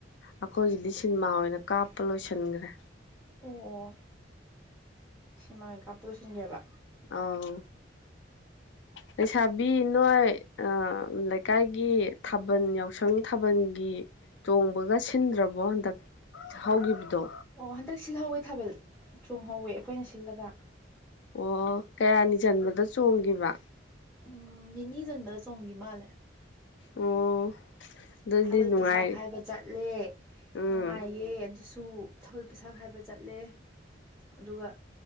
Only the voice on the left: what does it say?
ꯑꯩꯈꯣꯏꯒꯤꯗꯤ ꯁꯤꯟꯃꯥ ꯑꯣꯏꯅ ꯀꯥꯞꯄ ꯂꯣꯏꯁꯤꯟꯈ꯭ꯔꯦ
ꯑꯧ ꯂꯩꯁꯥꯕꯤ ꯅꯣꯏ ꯑꯥ ꯂꯩꯀꯥꯏꯒꯤ ꯊꯥꯕꯜ ꯌꯥꯎꯁꯪ ꯊꯥꯕꯜꯒꯤ ꯆꯣꯡꯕꯒ ꯁꯤꯟꯗ꯭ꯔꯕꯣ ꯍꯟꯗꯛ ꯍꯧꯈꯤꯕꯗꯣ
ꯑꯣ ꯀꯌꯥꯅꯤ ꯆꯟꯕꯗ ꯆꯣꯡꯒꯤꯕ
ꯑꯣ ꯑꯗꯨꯗꯤ
ꯅꯨꯡꯉꯥꯏ
ꯎꯝ